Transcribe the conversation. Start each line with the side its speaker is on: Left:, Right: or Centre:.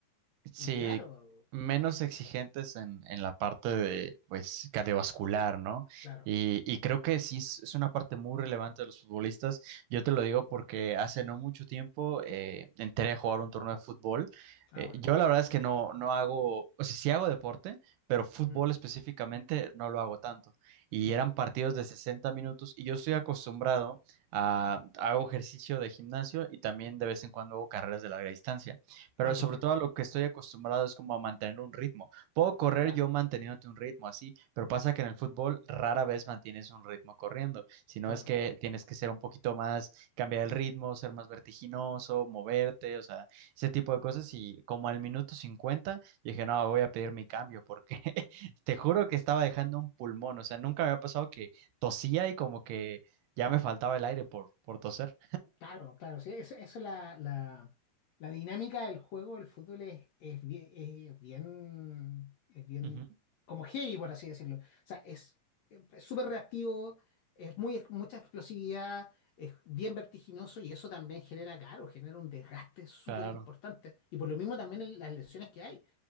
Right: Sí,
Left: Y claro,
Right: menos exigentes en, en la parte de, pues, cardiovascular, ¿no?
Left: Claro.
Right: Y, y creo que sí es, es una parte muy relevante de los futbolistas. Yo te lo digo porque hace no mucho tiempo eh, entré a jugar un torneo de fútbol.
Left: Ah,
Right: Eh,
Left: bueno.
Right: yo la verdad es que no, no hago, o sea, sí hago deporte, pero fútbol
Left: Ujú,
Right: específicamente no lo hago tanto. Y
Left: Ya.
Right: eran partidos de 60 minutos y yo estoy acostumbrado a, hago ejercicio de gimnasio y también de vez en cuando hago carreras de larga distancia. Pero
Left: Ah,
Right: sobre
Left: perfecto.
Right: todo a lo que estoy acostumbrado es como a mantener un ritmo. Puedo correr
Left: Claro,
Right: yo manteniéndote un ritmo así, pero pasa que en el fútbol rara vez mantienes un ritmo corriendo, sino
Left: claro.
Right: es que tienes que ser un poquito más, cambiar el ritmo, ser más vertiginoso, moverte, o sea, ese tipo de cosas. Y como al minuto 50 yo dije, no, voy a pedir mi cambio porque <laughs> te juro que estaba dejando un pulmón, o sea, nunca me había pasado que tosía y como que ya me faltaba el aire por, por toser.
Left: Claro, claro, sí, eso, eso la, la, la dinámica del juego del fútbol es, es, bien, es bien, es bien
Right: Ujú,
Left: como heavy, por así decirlo. O sea, es eh, es súper reactivo, es muy, mucha explosividad, es bien vertiginoso y eso también genera, claro, genera un desgaste súper
Right: Claro,
Left: importante. Y por lo mismo también el- las lesiones que hay.